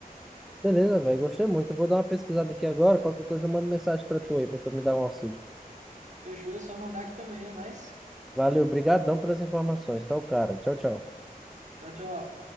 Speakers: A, in the centre; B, on the right.
A: beleza, velho, gostei muito. Eu vou dar uma pesquisada aqui agora, qualquer coisa eu mando mensagem pra tu aí, pra tu me dar um auxílio.
B: Fechou? Só mandar aqui também, é nóis.
A: Valeu, brigadão pelas informações. Tá o cara. Tchau, tchau.
B: Tchau, tchau.